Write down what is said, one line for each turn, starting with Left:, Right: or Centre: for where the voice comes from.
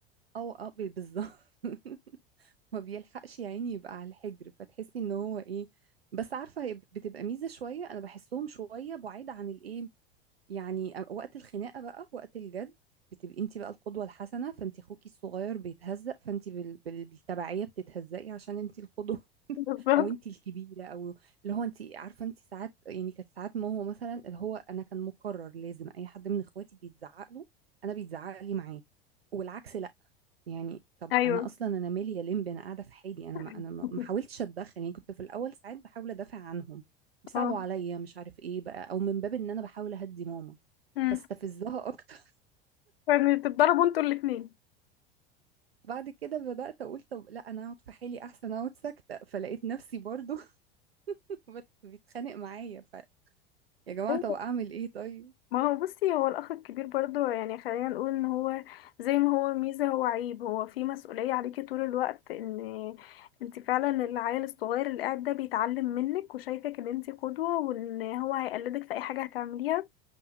Right: او اه ب- بالظبط <laughs> ما بيلحقش يا عيني يبقى على الحجر فتحسي ان هو ايه بس عارفة هي بتبقى ميزة شوية انا بحسهم شوية بعيد عن الايه يعني آه، وقت الخناقه بقى وقت الجد بتبقي انت بقى القدوه الحسنه فانت اخوكي الصغير بيتهزق فانت بال... بال... بالتبعيه بتتهزقي عشان انت القدوه <laughs>
Left: بالظبط
Right: او انت الكبيره او اللي هو انت عارفه انت ساعات يعني كانت ساعات ما هو مثلا اللي هو انا كان مقرر لازم اي حد من اخواتي بيتزعق له انا بيتزعق لي معاه والعكس لا يعني طب
Left: أيوه
Right: انا اصلا انا مالي يا لمبي انا قاعده في حالي انا
Left: <laughs>
Right: ما انا ما ما حاولتش اتدخل يعني كنت في الاول ساعات بحاول ادافع عنهم بيصعبوا
Left: اه
Right: عليا مش عارف ايه بقى او من باب ان انا بحاول اهدي ماما
Left: امم
Right: فاستفزها اكتر
Left: فبتتضربوا انتوا الاتنين
Right: <laughs> بعد كده بدات اقول طب لا انا اقعد في حالي احسن اقعد ساكته فلقيت نفسي برضو <laughs> بت- بيتخانق معايا ف يا جماعه
Left: <laughs>
Right: طب اعمل ايه طيب
Left: ما هو بصي هو الأخ الكبير برضه يعني خلينا نقول إن هو زي ما هو ميزة هو عيب هو في مسؤولية عليكي طول الوقت إن انت فعلا العيل الصغير اللي قاعد ده بيتعلم منك وشايفك إن انت قدوة وإن هو هيقلدك في أي حاجة هتعمليها